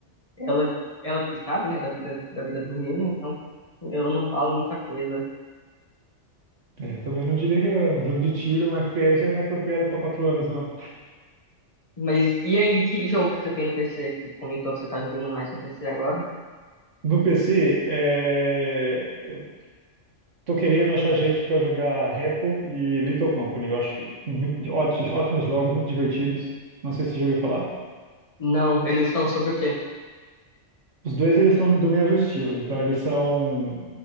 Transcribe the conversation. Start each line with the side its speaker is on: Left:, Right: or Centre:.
Left: ela, ela que sabe, né? Da vida, da vida do menino, então eu não falo muita coisa.
Right: é, eu também não diria que é um jogo de tiro, um FPS é apropriado pra quatro anos, não.
Left: Mas e aí, que jogo que você tem no PC? Que você comentou que você tá jogando mais no PC agora?
Right: No PC, é, eu tô querendo achar gente pra jogar Repo e Little Company. Eu acho que muito- ótimos, ótimos jogos, muito divertidos. Não sei se você já ouviu falar.
Left: Não, eles estão sobre o quê?
Right: Os dois eles são do mesmo estilo, então eles são